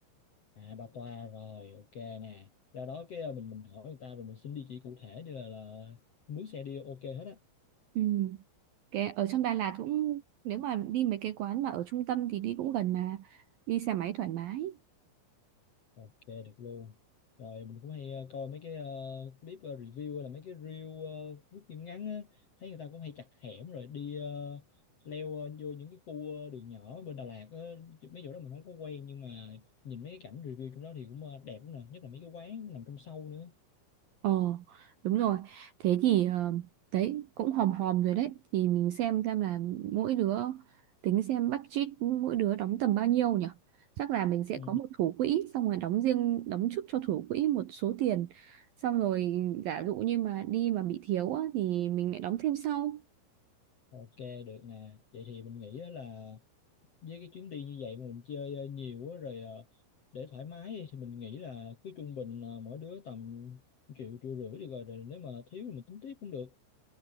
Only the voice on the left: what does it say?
à bà toa rồi ok nè ra đó cái ờ, mình mình hỏi người ta rồi mình xin địa chỉ cụ thể để là, là mướn xe đi ok hết á
Ok được luôn. Rồi mình cũng hay ờ, coi mấy cái ờ, clip ờ, review hay là mấy cái reel ờ, review phim ngắn á, thấy người ta cũng hay chặt hẻm rồi đi ờ, leo ờ, vô những cái khu ờ, đường nhỏ bên Đà Lạt á, Chứ mấy chỗ đó mình không có quen nhưng mà nhìn mấy cái cảnh review trong đó thì cũng ờ, đẹp lắm nè, nhất là mấy cái quán nằm trong sâu nữa.
Ừ.
Ok được nè. Vậy thì mình nghĩ á là với cái chuyến đi như vậy mà mình chơi ờ, nhiều á rồi ờ, để thoải mái đi thì mình nghĩ là cứ trung bình ờ, mỗi đứa tầm triệu triệu rưỡi đi rồi rồi nếu mà thiếu thì mình tính tiếp cũng được